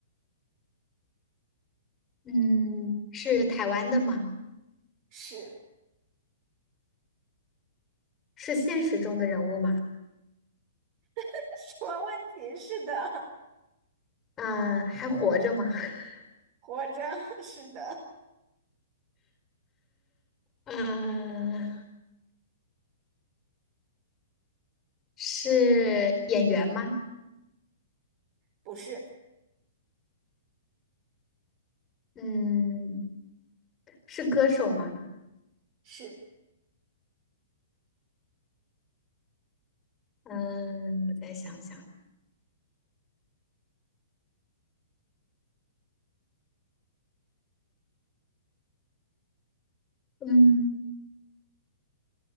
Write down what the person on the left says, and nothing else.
嗯，是台湾的吗？
是现实中的人物吗？
嗯，还活着吗？<laughs>
嗯，是演员吗？
嗯，是歌手吗？
嗯，我再想想，嗯